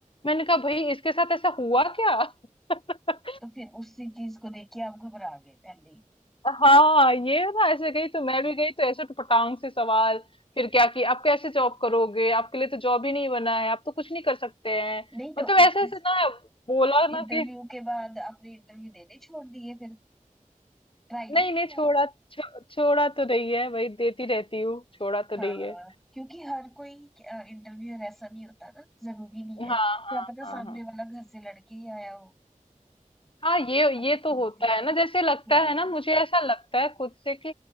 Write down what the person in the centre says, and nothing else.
तो फिर उसी चीज को देख के आप घबरा गए पहले ही
नहीं तो
उस
इस
इंटरव्यू
के बाद आपने इंटरव्यू देने छोड़ दिए फिर ट्राई नहीं
किया
हाँ
क्योंकि हर कोई इंटरव्यूअर ऐसा नहीं होता ना जरूरी नहीं
है क्या
पता
सामने
वाला घर से लड़के ही आया हो
अपनी
बीवी
से
है ना?
हाँ